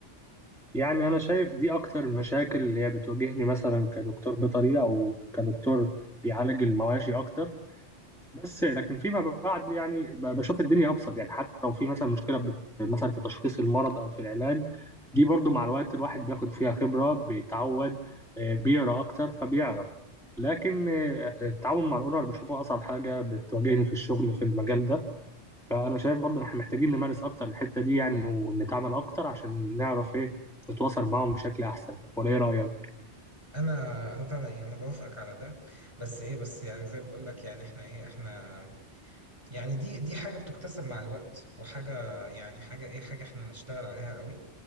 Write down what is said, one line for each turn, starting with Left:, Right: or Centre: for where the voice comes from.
Centre: يعني أنا شايف دي أكتر المشاكل اللي هي بتواجهني مثلا كدكتور بيطري أو كدكتور بيعالج المواشي أكتر بس لكن فيما بعد يعني ب- بشوف الدنيا أبسط يعني حتى لو في مثلا مشكلة بت... مثلا في تشخيص المرض أو في العلاج دي برضو مع الوقت الواحد بياخد فيها خبرة بيتعود آه، بيقرأ أكتر فبيعرف لكن آه، آه، التعاون مع الأونر بشوفه أصعب حاجة بتواجهني في الشغل في المجال ده فانا شايف برضه إن احنا محتاجين نمارس اكتر الحته دي يعني ونتعامل اكتر عشان نعرف ايه نتواصل معاهم بشكل احسن ولا ايه رايك
Right: انا انا طبعا ايه انا بوافقك على ده بس ايه بس يعني زي ما بقول لك يعني احنا ايه احنا يعني دي دي حاجة بتكتسب مع الوقت وحاجة يعني حاجة ايه حاجة احنا نشتغل عليها قوي